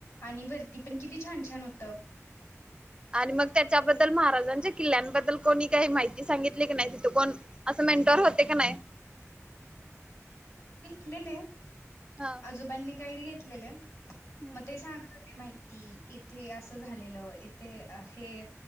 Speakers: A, on the left (about 60°); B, on the right (about 20°).
A: आणि वरती पण किती छान छान होत.
B: आणि मग त्याच्याबद्दल महाराजांच्या किल्ल्यांबद्दल कोणी काही माहिती सांगितली की नाय तिथ कोण असं मेंटोर होत की नाय
A: लेले
B: हा
A: आजोबांनी काय लेले
B: हम्म
A: मग ते सांगत होते ती माहिती इथे असं झालेलं, इथे हे